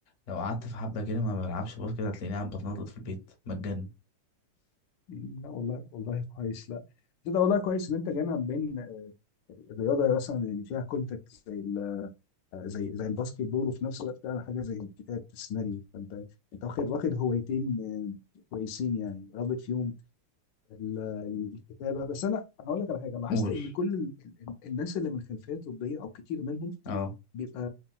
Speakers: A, on the left (about 60°); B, on the left (about 75°).
A: لو قعدت في حبة كده ما بلعبش باسكت هتلاقيني قاعد بتنطط في البيت مجان
B: مم، لا والله والله كويس لا ده ده والله كويس ان انت جامع بين الرياضه مثلا اللي فيها كونتاكت زي ال- زي زي الباسكت بول وفي نفس الوقت بتعمل حاجه زي كتابه السيناريو فانت انت واخد واخد هوايتين آه، كويسين يعني رابط فيهم ال- ال- الكتابه بس انا هقول لك على حاجه لاحظت
A: قول
B: ان كل ال- ال- الناس اللي من خلفيه طبيه او كتير منهم
A: اه
B: بيبقى